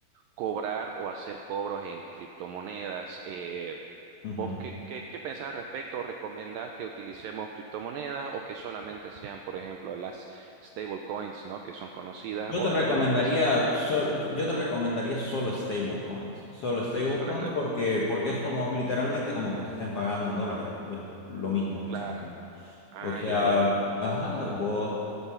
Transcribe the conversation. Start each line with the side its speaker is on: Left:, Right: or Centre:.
Right: cobrar o hacer cobros en criptomonedas. eh,
Left: ujú.
Right: ¿vos qué, qué, qué pensás al respecto? ¿Recomendás que utilicemos criptomonedas o que solamente sean, por ejemplo, las stablecoins, ¿no? Que son conocidas,
Left: Yo
Right: o
Left: te recomendaría,
Right: también utilizar, por ejemplo,
Left: sol- yo te recomendaría solo stablecoins, solo stablecoins
Right: solo
Left: porque, porque
Right: Ujú,
Left: es como literalmente como que te estén pagando en dólares, es lo mismo,
Right: Claro.
Left: exactamente.
Right: Ah,
Left: O sea,
Right: ya, ya.
Left: ajá, vos